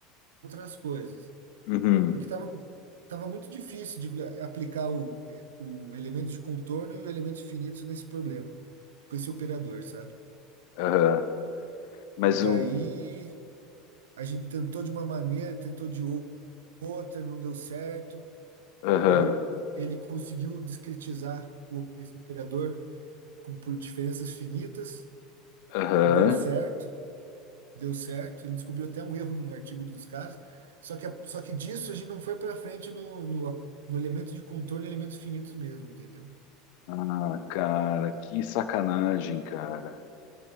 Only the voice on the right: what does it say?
outras coisas,
porque tava, mu- tava muito difícil de vi- aplicar o, o elemento de contorno e o elemento finito nesse problema. com esse operador, sabe?
E daí
a gente tentou de uma maneira, tentou de ou- outra, não deu certo.
Daí o- ele conseguiu discretizar o- op- esse operador com, por diferenças finitas
e deu certo, deu certo. Ele descobriu até um erro num artigo dos caras. Só que, a- só que disso a gente não foi para frente no, no, no elemento de contorno e elementos finitos mesmo, entendeu?